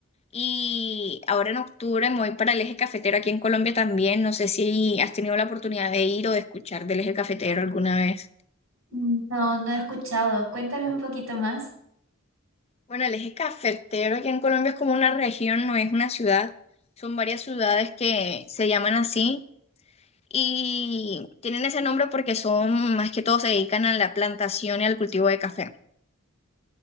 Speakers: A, on the left; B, on the right.
A: y ahora en octubre me voy para el Eje Cafetero aquí en Colombia también. No sé si has tenido la oportunidad de ir o de escuchar del Eje Cafetero alguna vez.
B: No, no he escuchado. Cuéntame un poquito más.
A: Bueno, el eje cafetero aquí en Colombia es como una región, no es una ciudad. Son varias ciudades que se llaman así y tienen ese nombre porque son, más que todo, se dedican a la plantación y al cultivo de café.